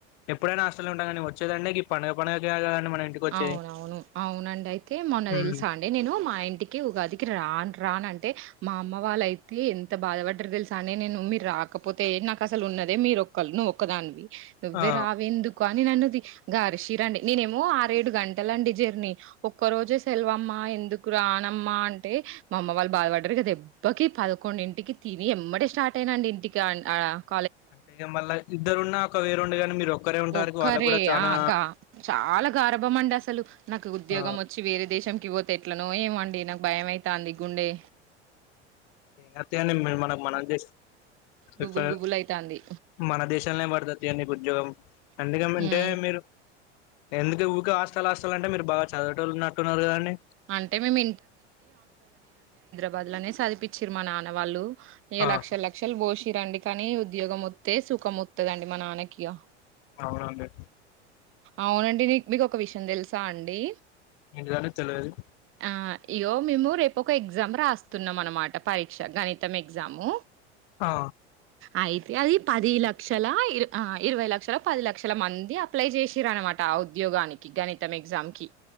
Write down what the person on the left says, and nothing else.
ఎప్పుడైనా హాస్టల్నే ఉంటాం కదండి వచ్చేదంటే పండగ పండగ కే కదండి మన ఇంటికి వచ్చేది
ఉమ్
ఆ
అంటే మళ్ళై ఇద్దరున్న ఒక వేరుండెగానీ మీరు ఒక్కరే ఉంటారు
వాళ్ళకి కూడా చానా
ఆ
ఏం కాదు తీయండి మే మనక్ మన దేశం
<inaudible>
మన దేశాల్నే పడతది తీయండి నీకు ఉద్యోగం ఎందుకమంటే
మీరు ఎందుకుఊకె హాస చాలా ఆస్తులంటే మీరు బాగా చదివేటోలున్నట్టున్నారు కదండి
ఆహా
అవునండి
ఏంటిది అండి తెల్వది
ఆ